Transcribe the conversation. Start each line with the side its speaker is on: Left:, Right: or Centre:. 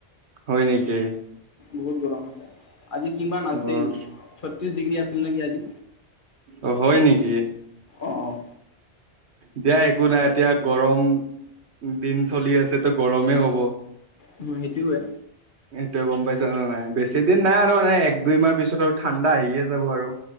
Right: হয় নেকি?
Left: বহুত গৰম আছে, আজি কিমান আছিল
Right: অ',
Left: ছত্ৰিশ ডিগ্ৰী আছিল নেকি আজি?
Right: অ হয় নেকি?
Left: অঁ অঁ
Right: দিয়া একো নাই এতিয়া গৰম দিন চলি আছে তো গৰমেই হ'ব।
Left: উম' সেইটোও হয়।
Right: <unintelligible> সেইটোয়ে গম পাইছা নে নাই। বেছি দিন নাই আৰু মানে এক দুই মাহ পিছত আৰু ঠাণ্ডা আহিয়ে যাব আৰু।